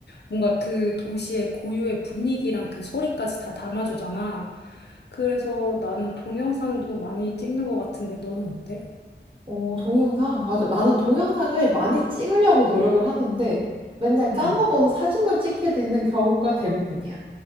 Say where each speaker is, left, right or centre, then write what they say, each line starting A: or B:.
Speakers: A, on the left; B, on the right.
A: 뭔가 그 도시의 고유의 분위기랑 그 소리까지 다 담아주잖아. 그래서 나는 동영상도 많이 찍는 것 같은데 너는 어때?
B: 어, 동영상. 맞아. 나는 동영상을 많이 찍으려고 노력을 하는데 맨날 까먹어서
A: 음,
B: 사진만 찍게 되는 경우가 대부분이야.